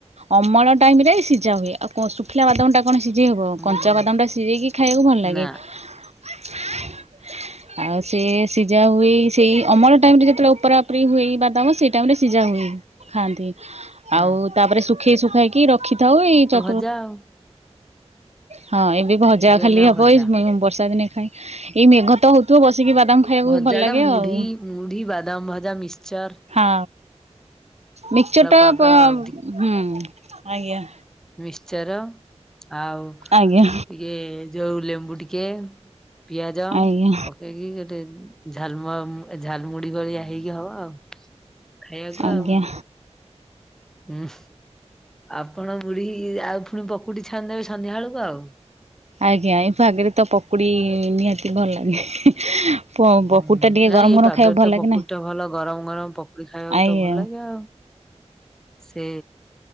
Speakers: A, on the right; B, in the centre.
A: ଅମଳ ଟାଇମରେ ସିଝା ହୁଏ ଆଉ କ ଶୁଖିଲା ବାଦାମଟା କଣ ସିଝେଇ ହବ
B: ହୁଁ
A: କଞ୍ଚା ବାଦାମଟା ସିଝେଇକି ଖାଇବାକୁ ଭଲ ଲାଗେ।
B: ନା
A: <unintelligible> ଆଉ ସେ ସିଜା ହୁଏ ସେଇ ଅମଳ ଟାଇମ୍ ରେ ଯେତେବେଳେ ଓପରା ଓପରି ହୁଏ ବାଦାମ ସେଇ ଟାଇମରେ ସିଜା ହୁଏ। ଖାଆନ୍ତି
B: ହଁ।
A: ଆଉ ତାପରେ ଶୁଖେଇ ଶୁଖାକି ରଖିଥାଉ ଏଇ ଚ
B: ଯାଉ।
A: ହଁ ଏବେ ଭଜା ଖାଲି
B: ଏଇନା
A: ହବ
B: ଭଜା।
A: ଏଇ ବର୍ଷା ଦିନେ ଖାଇ। ଏଇ ମେଘ ତ ହଉଥିବ ବସିକି ବାଦାମ ଖାଇବାକୁ
B: ଭଜା
A: ଭଲ ଲାଗେ
B: ଟା ମୁଢ଼ି
A: ଆଉ
B: ମୁଢ଼ି ବାଦାମ ଭଜା ମିଶ୍ଚର୍
A: ହଁ ମିକ୍ଚର ଟା
B: ପାଗ
A: ପ
B: ଆଉ
A: ହୁଁ ଆଜ୍ଞା।
B: ମିକ୍ଚର ଆଉ
A: ଆଜ୍ଞା
B: ଇଏ ଯୋଉ ଲେମ୍ବୁ ଟିକିଏ ପିଆଜ
A: ଆଜ୍ଞା
B: ପକେଇକି ଗୋଟେ ଝାଲମ ଝାଲ ମୁୁଡି ଭଳିଆ ହେଇକି ହବ ଆଉ। ଖାଇବାକୁ
A: ଆଜ୍ଞା
B: ଆଉ। ହୁଁ ଆପଣ ମୁଢୀ ଆଉ ଫୁଣି ପକୁଡି ଛାଣିଦେବେ ସନ୍ଧ୍ୟା ବୁଳୁକୁ ଆଉ।
A: ଆଜ୍ଞା ଏ ଆଗରେ ତ ପକୁଡି ନିହାତି ଭଲ ଲାଗେ।
B: ହୁଁ
A: ପକୁଡି ଟା ଟିକେ
B: ନାଇଁ
A: ଗରମ
B: ଏଇ
A: ଗରମ
B: ପାଗରେ
A: ଖାଇବାକୁ ଭଲ
B: ତ
A: ଲାଗେ
B: ପକୁଡି
A: ନା
B: ଟା ଭଲ ଗରମ ଗରମ ପକୁଡି ଖାଇବାକୁ
A: ଆଜ୍ଞା
B: ତ ଭଲ ଲାଗେ ଆଉ। ସେ